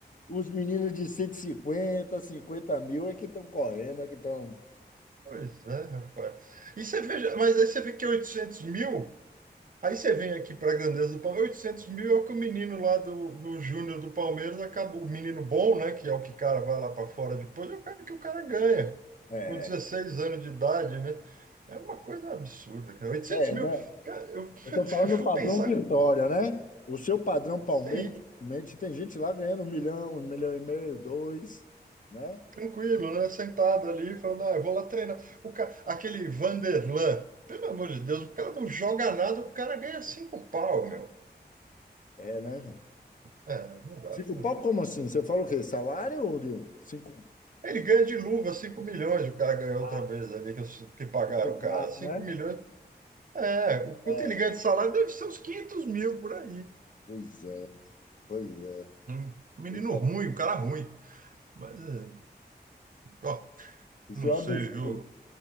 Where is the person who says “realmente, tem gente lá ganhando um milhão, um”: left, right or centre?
Left